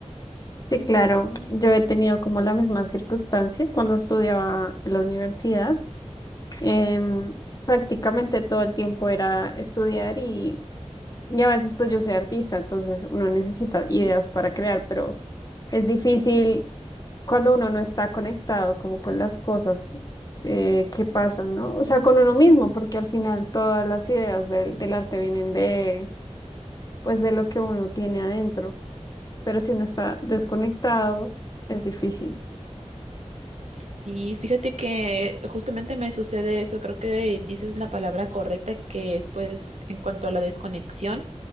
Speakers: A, on the left; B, on the right.
A: Sí, claro, yo he tenido como la misma circunstancia cuando estudiaba en la universidad. Em, prácticamente todo el tiempo era estudiar y, y a veces pues yo soy artista, entonces uno necesita ideas
B: Ujú.
A: para crear, pero es difícil cuando uno no está conectado como con las cosas eh, que pasan, ¿no? O sea, con uno mismo, porque al final todas las ideas del, del arte vienen de, pues de lo que uno tiene adentro. pero si uno está desconectado, es difícil.
B: Sí, fíjate que justamente me sucede eso, creo que dices la palabra correcta, que es pues en cuanto a la desconexión,